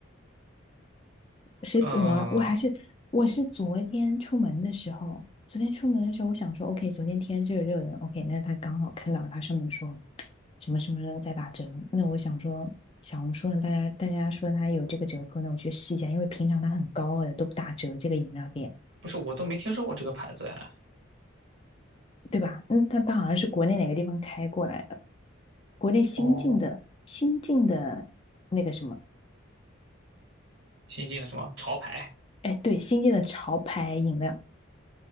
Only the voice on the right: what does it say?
嗯，
不是，我都没听说过这个牌子哎。
哦，新进的什么潮牌，